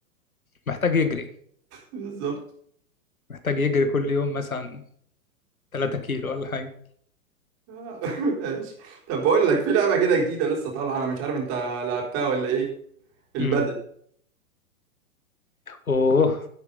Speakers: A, on the left (about 80°); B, on the right (about 35°).
A: محتاج يجري
B: بالظبط
A: محتاج يجري كل يوم مثلا 3 كيلو ولا حاجه
B: آه، <laughs> ماشي طب بقول لك في لعبة كده جديدة لسه طالعة انا مش عارف انت لعبتها ولا ايه البدل
A: امم اوه